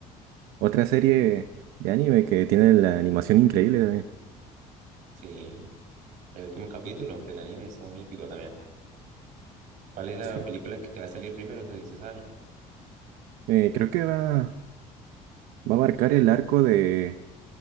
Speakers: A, on the right; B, on the right.
A: otra serie de anime que tiene la animación increíble también.
B: Sí. El último capítulo del anime estuvo muy épico también. ¿Cuál es la
A: Sí.
B: película que te va a salir primero? Eso sí, usted sabe.
A: Eh, creo que va, va a abarcar el arco de,